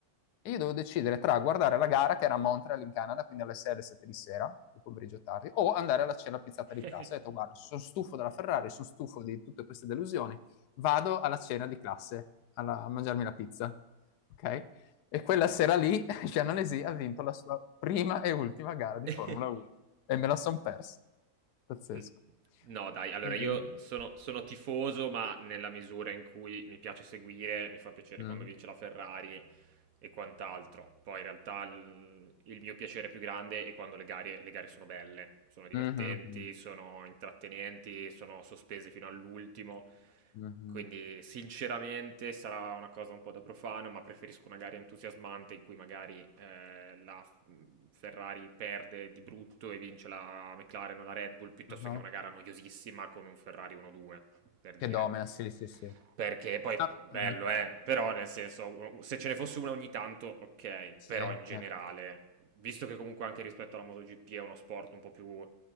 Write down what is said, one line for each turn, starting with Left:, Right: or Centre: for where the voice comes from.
Left: e io dovevo decidere tra guardare la gara, che era a Montreal in Canada, quindi alle 6 alle 7 di sera, di pomeriggio tardi, o andare alla cena pizzata
Right: <laughs>
Left: di classe. Ho detto, guarda, sono stufo della Ferrari, sono stufo di tutte queste delusioni, vado alla cena di classe alla- a mangiarmi la pizza. Ok? E quella sera lì <laughs> Jean Alesi ha vinto la sua prima e ultima gara di
Right: <laughs>
Left: Formula 1 e me la son persa. Pazzesco.
Right: N- No, dai, allora
Left: E-
Right: io sono, sono tifoso, ma nella misura in cui mi piace seguire, mi fa piacere
Left: Mm.
Right: quando vince la Ferrari e quant'altro. Poi in realtà il, il mio piacere più grande è quando le gare, le gare sono belle, sono divertenti,
Left: Mhm, mhm,
Right: sono intrattenenti, sono sospese fino all'ultimo.
Left: mhm,
Right: Quindi sinceramente sarà una cosa un po' da profano, ma preferisco una gara entusiasmante in cui magari eh, la F- mm, Ferrari perde di brutto e vince la McLaren o la Red Bull piuttosto
Left: mhm.
Right: che una gara noiosissima con un Ferrari 1-2, per dire.
Left: Che domina, sì, sì, sì.
Right: Perché poi
Left: Ah,
Right: bello,
Left: mm,
Right: eh, però nel senso, se ce ne fosse una ogni tanto, ok,
Left: sì,
Right: però
Left: eh.
Right: in generale, visto che comunque anche rispetto alla MotoGP è uno sport un po' più